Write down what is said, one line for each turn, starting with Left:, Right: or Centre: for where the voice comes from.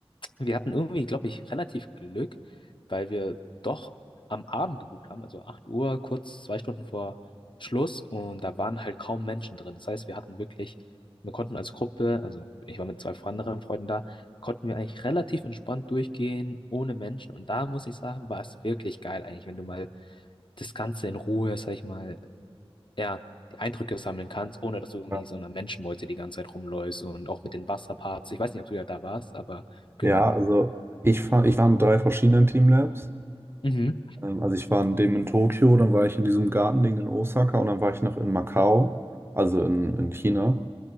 Left: Wir hatten irgendwie, glaube ich, relativ Glück, weil wir doch am Abend gebucht haben, also 8 Uhr, kurz zwei Stunden vor Schluss und da waren halt kaum Menschen drin. Das heißt, wir hatten wirklich, wir konnten als Gruppe, also ich war mit zwei anderen Freunden da, konnten wir eigentlich relativ entspannt durchgehen, ohne Menschen und da muss ich sagen, war es wirklich geil eigentlich, wenn du mal das Ganze in Ruhe, sag ich mal, ja, die Eindrücke sammeln kannst, ohne dass du irgendwie
Right: ja,
Left: so einer Menschenmeute die ganze Zeit rumläufst und auch mit den Wasserparts. Ich weiß nicht, ob du ja da warst, aber genau.
Right: Ja, also ich, fa- ich war in drei verschiedenen Teamlabs.
Left: Mhm.
Right: Ähm, Also ich war in dem in Tokio, dann war ich in diesem Gartending in Osaka und dann war ich noch in Macau, also in, in China.